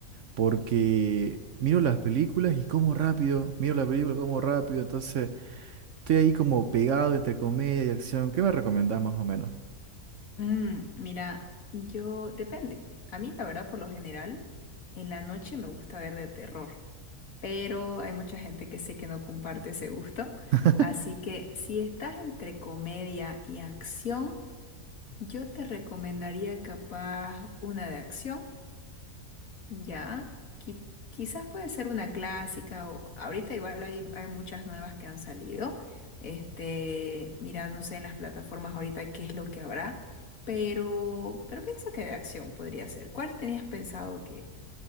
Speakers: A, on the right; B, on the left.
A: porque miro las películas y como rápido, miro la película como rápido, entonces... Estoy ahí como pegado entre comedia y acción. ¿Qué me recomendás más o menos?
B: Mm, mira, yo depende. A mí, la verdad, por lo general, en la noche me gusta ver de terror, pero hay mucha gente que sé que no comparte ese gusto.
A: <laughs>
B: Así que si estás entre comedia y acción, yo te recomendaría capaz una de acción Ya, qui- quizás puede ser una clásica o ahorita igual hay, hay muchas nuevas que han salido. Este, mira, no sé en las plataformas ahorita qué es lo que habrá, pero, pero pienso que de acción podría ser. ¿Cuál tenías pensado que